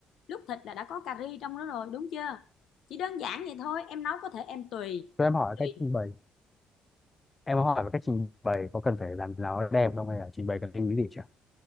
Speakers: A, on the left; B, on the left.
A: lúc thịt là đã có cà ri trong đó rồi đúng chưa chỉ đơn giản vậy thôi em nấu có thể em tùy
B: cho em hỏi
A: tùy
B: cách trình bày em có hỏi về cách trình bày có cần phải làm nào đẹp không hay là trình bày cần lưu ý gì chưa